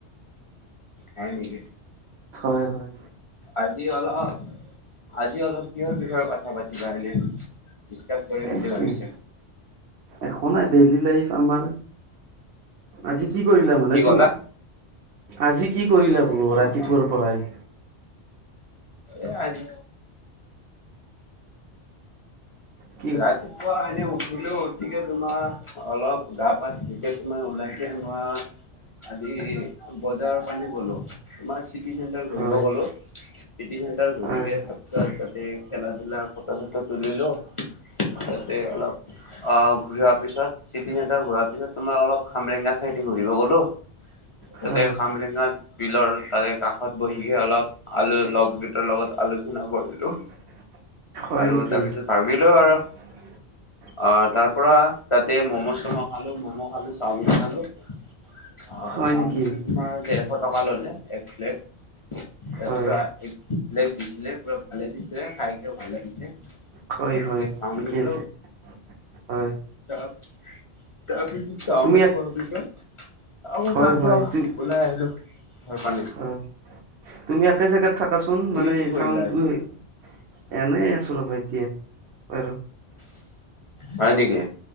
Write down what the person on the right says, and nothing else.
হয় হয়
এ
এনেই একো নাই ডেইলি লাইফ আমাৰ আজি কি কৰিলা মানে
তুমি আজি কি কৰিলা বোলো
ৰাতিপুৱাৰ
পৰাই
হয়
হয়
হয়
হয়
<unintelligible>
নেকি
<unintelligible>
হয় নেকি
হয়
হয়
হয়
হয়
ঠিকে
আছে হয়
তুমি এক
হয়
হয়
তু
হয় তুমি একে জেগাত থাকাচোন
মানে
চাডণ্ডটো এই এনেই আছো ৰবা এতিয়া আৰু